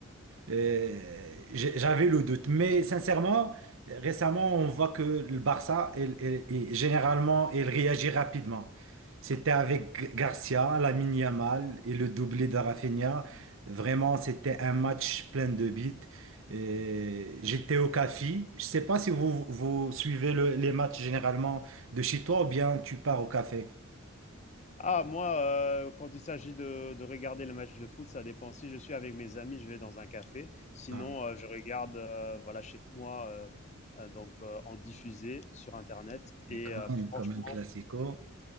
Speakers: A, on the right; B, on the left.
A: Euh, j'ai- j'avais le doute. Mais sincèrement, récemment, on voit que le Barça, il- il- il- généralement, il réagit rapidement. C'était avec Garcia, Lamine Yamal et le doublé de Rafinha. Vraiment, c'était un match plein de buts. Euh, J'étais au café. Je sais pas si vous, vous suivez le- les matchs généralement de chez toi ou bien tu pars au café.
B: Ah, moi, euh, quand il s'agit de, de regarder le match de foot, ça dépend. Si je suis avec mes amis, je vais dans un café. Sinon,
A: Ah,
B: heu, je regarde, heu, voilà, chez moi, heu heu, donc heu, en diffusé sur internet
A: mais
B: et
A: quand
B: heu,
A: même,
B: franchement
A: comme un classico.